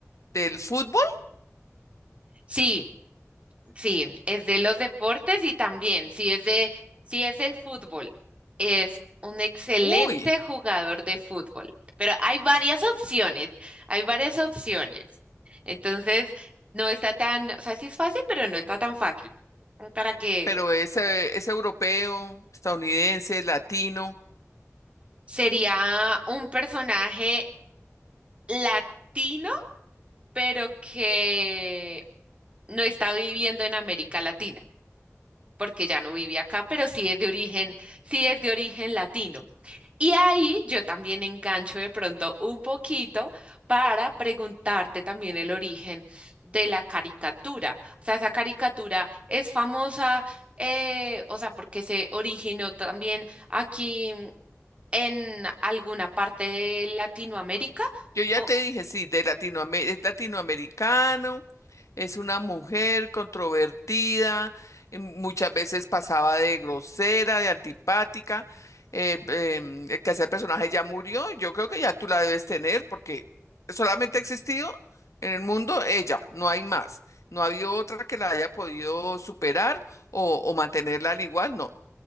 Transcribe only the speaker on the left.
del fútbol,
uy,
pero es, eh, es europeo, estadounidense, latino.
Yo ya
te dije, sí, de Latinoame- es latinoamericano, es una mujer controvertida, eh, muchas veces pasaba de grosera, de antipática. eh, em, el que hacía el personaje ya murió, yo creo que ya tú la debes tener porque solamente ha existido en el mundo ella, no hay más. No ha habido otra que la haya podido superar o, o mantenerla al igual, no.